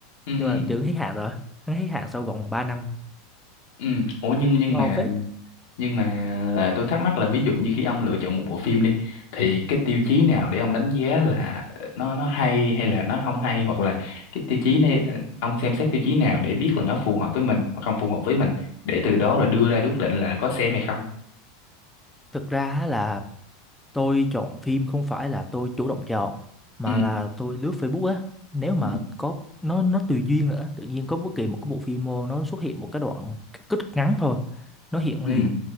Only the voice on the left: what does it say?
ừ
ừ ủa nhưng nhưng
mà
nhưng mà là tôi thắc mắc là ví dụ như khi ông lựa chọn một bộ phim đi thì cái tiêu chí nào để ông đánh giá là nó nó hay hay là nó không hay hoặc là cái tiêu chí này ông xem xét tiêu chí nào để biết là nó phù hợp với mình hoặc không phù hợp với mình để từ đó rồi đưa ra cái quyết định là có xem hay không
ừ
ừ
ừ